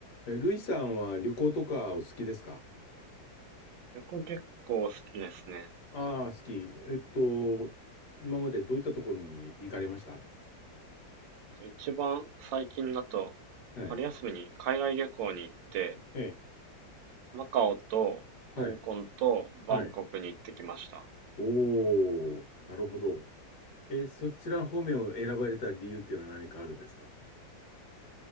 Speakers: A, on the left; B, on the right.
A: え、ルイさんは旅行とかお好きですか
B: 旅行結構好きですね。
A: ああー、好き。えっと、今までどういったところに行かれました
B: 一番最近だと、
A: はい。
B: 春休みに海外旅行に行って、
A: はい。
B: マカオと香港とバンコクに行ってきました。
A: はい。はい。おー、なるほど。え、そちら方面を選ばれた理由っていうのは何かあるんですか